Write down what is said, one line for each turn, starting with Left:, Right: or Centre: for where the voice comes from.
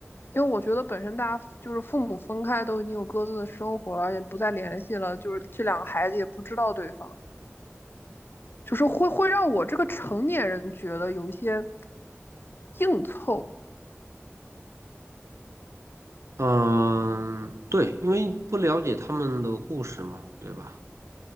Left: 因为我觉得本身大家就是父母分开都已经有各自的生活了，也不再联系了，就是这两个孩子也不知道对方。就是会会让我这个成年人觉得有一些硬凑。
Right: 嗯，对，因为不了解他们的故事嘛，对吧？